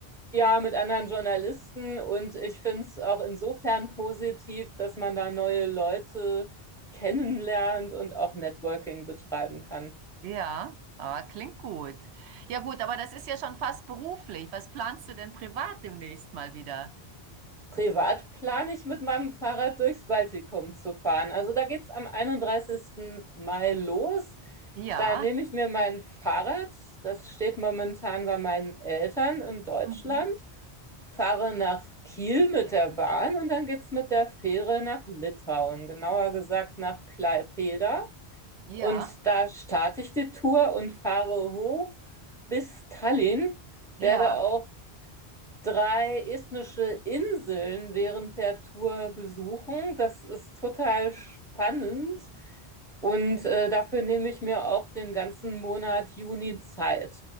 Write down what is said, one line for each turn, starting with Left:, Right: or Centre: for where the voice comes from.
Centre: Ja, mit anderen Journalisten und ich finde es auch insofern positiv, dass man da neue Leute kennenlernt und auch Networking betreiben kann.
Right: Ja, ah, klingt gut. Ja gut, aber das ist ja schon fast beruflich. Was planst du denn privat demnächst mal wieder?
Centre: Privat plane ich mit meinem Fahrrad durchs Baltikum zu fahren. Also da geht es am 31. Mai los.
Right: Ja,
Centre: Da nehme ich mir mein Fahrrad, das steht momentan bei meinen Eltern in Deutschland,
Right: mhm.
Centre: fahre nach Kiel mit der Bahn und dann geht es mit der Fähre nach Litauen, genauer gesagt nach Klaipeda.
Right: Ja,
Centre: Und da starte ich die Tour und fahre hoch bis Tallinn,
Right: ja.
Centre: werde auch drei estnische Inseln während der Tour besuchen. Das ist total spannend und äh, dafür nehme ich mir auch den ganzen Monat Juni Zeit.